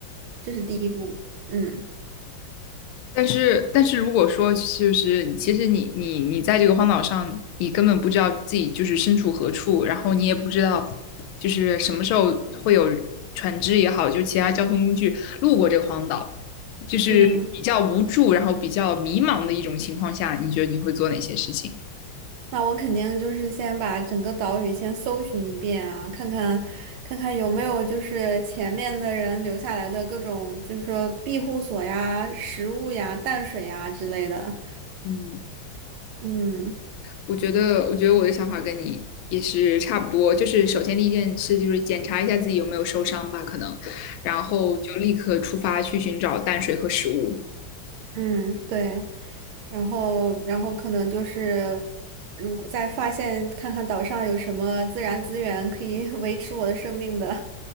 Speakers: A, on the right (about 85°); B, on the left (about 85°).
A: 这是第一步，嗯
B: 但是，但是如果说就是，其实你你你在这个荒岛上，你根本不知道自己就是身处何处，然后你也不知道就是什么时候会有船只也好，就是其他交通工具路过这个荒岛，就是比较无助，
A: 嗯。
B: 然后比较迷茫的一种情况下，你觉得你会做哪些事情？
A: 那我肯定就是先把整个岛屿先搜寻一遍啊，看看看看有没有就是前面的人留下来的各种，就是说庇护所呀、食物呀、淡水呀之类的。
B: 嗯
A: 嗯
B: 我觉得，我觉得我的想法跟你也是差不多。就是首先第一件事就是检查一下自己有没有受伤吧，可能，然后就立刻出发去寻找淡水和食物。
A: 嗯，对。然后然后可能就是，如果再发现看看岛上有什么自然资源可以 <laughs> 维持我的生命的。